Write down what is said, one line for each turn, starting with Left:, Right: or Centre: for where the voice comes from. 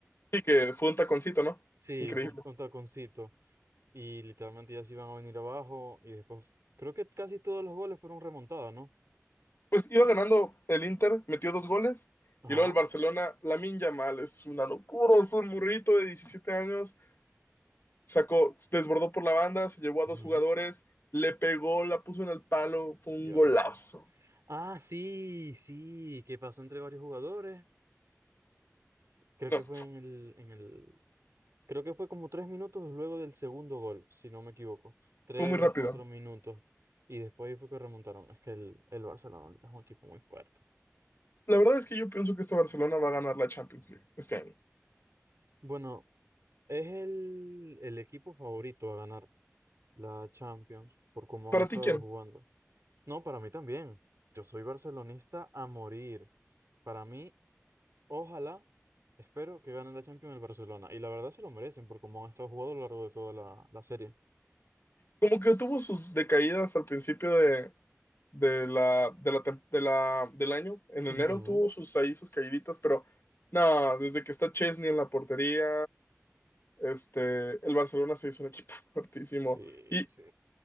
Left: Sí, que fue un taconcito, ¿no?
Right: Sí,
Left: Increíble.
Right: fue un, un taconcito. Y literalmente ya se iban a venir abajo, y después creo que casi todos los goles fueron remontados, ¿no?
Left: Pues iba ganando el Inter, metió dos goles.
Right: Ajá.
Left: Y luego el Barcelona, Lamine Yamal, es una locura, es un burrito de 17 años sacó, desbordó por la banda, se llevó
Right: Ujú.
Left: a dos jugadores, le pegó, la puso en el palo, fue un
Right: Dios.
Left: golazo.
Right: Ah, sí, sí, que pasó entre varios jugadores. Creo
Left: No,
Right: que fue en el, en el, creo que fue como tres minutos luego del segundo gol, si no me equivoco. Tres,
Left: fue muy rápido.
Right: cuatro minutos. Y después ahí fue que remontaron. Es que el, el Barcelona ahorita es un equipo muy fuerte.
Left: La verdad es que yo pienso que este Barcelona va a ganar la Champions League este año.
Right: Bueno, es el, el equipo favorito a ganar la Champions por cómo
Left: ¿Para
Right: han estado
Left: ti quién?
Right: jugando. No, para mí también. Yo soy barcelonista a morir. Para mí, Ojalá, espero que gane la Champions el Barcelona. Y la verdad se lo merecen por cómo han estado jugando a lo largo de toda la, la serie.
Left: Como que tuvo sus decaídas al principio de, de la, de la, tem- de la- del año. En
Right: Ujú.
Left: enero tuvo sus ahí sus caíditas, pero nada, desde que está Chesney en la portería, este, el Barcelona se hizo un equipo <laughs> fuertísimo.
Right: Sí,
Left: Y,
Right: sí.